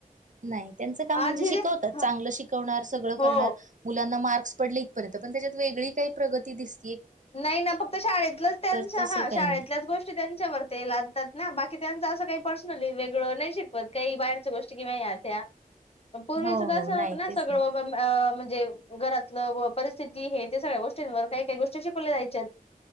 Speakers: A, on the right; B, on the left.
A: नाही त्यांचं काम म्हणजे
B: आधी
A: शिकवतात,
B: रे हा
A: चांगलं शिकवणार सगळं
B: हो
A: करणार मुलांना मार्क्स पडले इथपर्यंत पण त्याच्यात वेगळी काही प्रगती दिस
B: नाही ना फक्त शाळेतलंच त्यांच्या
A: तर तसं
B: हा
A: काही
B: शाळेतल्याच
A: नाही
B: गोष्ट ष्टी त्यांच्यावर ते लादतात ना बाकी त्यांच असं काही पर्सनली वेगळं नाही शिकवत काही बाहेरच्या गोष्टी किंवा या त्या अन पूर्वीचं
A: हो
B: तस
A: हो
B: नव्हतं
A: नाही
B: ना
A: तेच
B: सगळं हो पण अह म्हणजे घरातले परिस्थिती हे सगळ्या गोष्टींवर काही काही गो ष्टी शिकवल्या जायच्या